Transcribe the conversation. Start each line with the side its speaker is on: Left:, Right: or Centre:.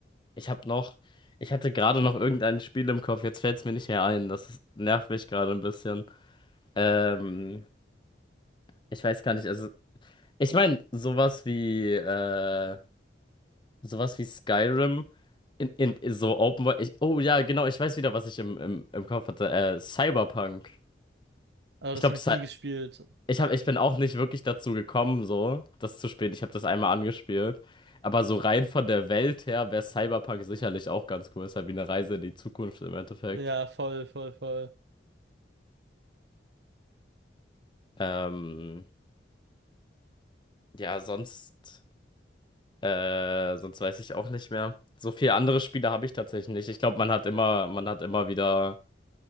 Left: ich habe noch, ich hatte gerade noch irgendein Spiel im Kopf. Jetzt fällt es mir nicht mehr ein. Das ist, nervt mich gerade ein bisschen. Ähm, ich weiß gar nicht. Also, ich meine, sowas wie äh, sowas wie Skyrim in, in, in so Open World. Ich, oh ja, genau. Ich weiß wieder, was ich im, im, im Kopf hatte. Äh, Cyberpunk.
Right: Aber
Left: Ich
Right: das
Left: glaube,
Right: habe ich nie gespielt.
Left: Ich hab, ich bin auch nicht wirklich dazu gekommen, so das zu spielen. Ich habe das einmal angespielt. Aber so rein von der Welt her wäre Cyberpunk sicherlich auch ganz cool. Ist halt wie eine Reise in die Zukunft im Endeffekt.
Right: Ja, voll, voll, voll.
Left: Ähm, ja, sonst, äh, sonst weiß ich auch nicht mehr. So viele andere Spiele habe ich tatsächlich nicht. Ich glaube, man hat immer, man hat immer wieder